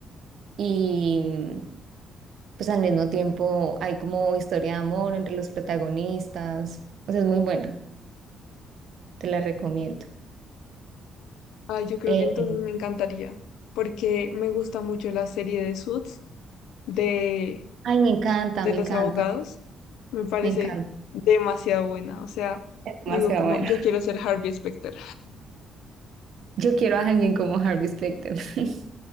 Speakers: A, on the right; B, on the left.
A: Y mm, pues al mismo tiempo hay como historia de amor entre los protagonistas. O sea, es muy buena. Te la recomiendo.
B: Ay, yo creo
A: Eh,
B: que entonces me encantaría porque me gusta mucho la serie de Suits, de
A: Ay, me encanta,
B: de
A: me
B: los
A: encanta,
B: abogados me parece
A: me encanta.
B: demasiado buena. O sea,
A: Es
B: digo
A: demasiado
B: como,
A: bueno.
B: yo
A: <laughs>
B: quiero ser Harvey Specter.
A: Yo quiero a alguien como Harvey Specter. <laughs>